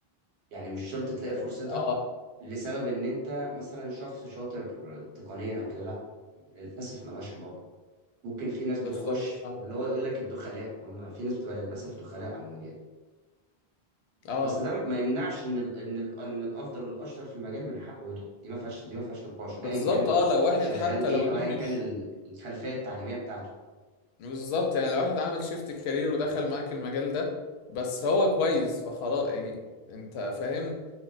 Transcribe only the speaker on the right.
يعني مش شرط تلاقي
فرصتك
لسبب ان انت مثلا شخص شاطر تقنيا او كده لا للاسف ملهاش علاقه ممكن في ناس
بتخش
اللي هو يقول لك الدخلاء هم في ناس بتبقى للاسف دخلاء على المجال
بس ده ما يمنعش ان ال ان ال ان الافضل والاشطر في المجال من حقه يطلع دي ما فيهاش دي ما فيهاش نقاش
ايا كان
شغال
ايه
او ايا
كان ال- الخلفيه التعليميه بتاعته